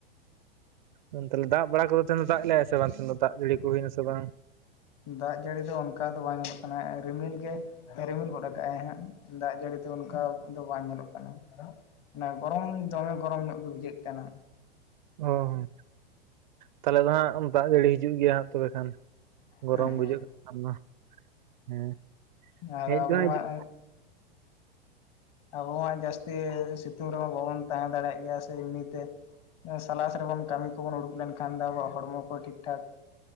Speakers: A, on the right; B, on the left.
A: ᱩᱸᱸ ᱛᱟᱦᱞᱮ ᱫᱟᱜ ᱵᱟᱲᱟ ᱠᱚᱫᱚ ᱛᱮᱦᱮᱧ ᱫᱚ ᱫᱟᱜ ᱞᱮᱟᱭ ᱥᱮ ᱵᱟᱝ ᱫᱚ ᱫᱟᱜ ᱡᱟᱹᱲᱤ ᱠᱚ ᱦᱩᱭᱱᱟᱥ ᱵᱟᱝ?
B: ᱫᱟᱜ ᱡᱟᱹᱲᱤ ᱫᱚ ᱚᱱᱠᱟ ᱫᱚ ᱵᱟᱝ ᱧᱮᱞᱚᱜ ᱠᱟᱱᱟ ᱮ ᱨᱤᱢᱤᱞ ᱜᱮ ᱨᱤᱢᱤᱞ ᱜᱚᱫ ᱠᱟᱜᱼᱟᱭ ᱦᱟᱸᱜ, ᱫᱟᱜ ᱡᱟᱹᱲᱤ ᱫᱚ ᱚᱱᱠᱟ ᱫᱚ ᱵᱟᱝ ᱧᱮᱞᱚᱜ ᱠᱟᱱᱟ᱾ ᱚᱱᱟ ᱜᱚᱨᱚᱢ ᱫᱚᱢᱮ ᱜᱚᱨᱚᱢ ᱧᱚᱜ ᱜᱮ ᱵᱩᱡᱷᱟᱹᱜ ᱠᱟᱱᱟ᱾
A: ᱚ ᱦᱚᱸ ᱛᱟᱦᱚᱞᱮ ᱫᱚ ᱦᱟᱸᱜ ᱫᱟᱜ ᱡᱟᱹᱲᱤ ᱦᱤᱡᱩᱜ ᱜᱮᱭᱟ ᱦᱟᱸᱜ ᱛᱚᱵᱮ ᱠᱷᱟᱱ᱾ ᱜᱚᱨᱚᱢ
B: ᱦᱮᱸ ᱦᱮᱸ
A: ᱵᱩᱡᱷᱟᱹᱜ ᱠᱟᱱ <inaudible> ᱫᱟ ᱦᱮᱸ
B: ᱟᱨ
A: ᱦᱮᱡ
B: ᱟᱵᱚ
A: ᱫᱚ ᱦᱟᱜ
B: ᱢᱟ
A: ᱦᱤᱡᱩᱜ
B: ᱟᱵᱚ ᱢᱟ ᱡᱟᱹᱥᱛᱤ ᱥᱤᱛᱩᱝ ᱨᱮᱦᱚᱸ ᱵᱟᱵᱚᱱ ᱛᱟᱦᱮᱸ ᱫᱟᱲᱮᱭᱟᱜ ᱜᱮᱭᱟ ᱥᱮ ᱮᱢᱱᱤᱛᱮ᱾ ᱥᱟᱞᱟᱥ ᱨᱮᱵᱚᱱ ᱠᱟᱹᱢᱤ ᱵᱚᱱ ᱩᱲᱩᱠ ᱞᱮᱱᱠᱷᱟᱱ ᱫᱚ ᱟᱵᱚᱣᱟᱜ ᱦᱚᱲᱢᱚ ᱠᱚ ᱴᱷᱤᱠ ᱴᱷᱟᱠ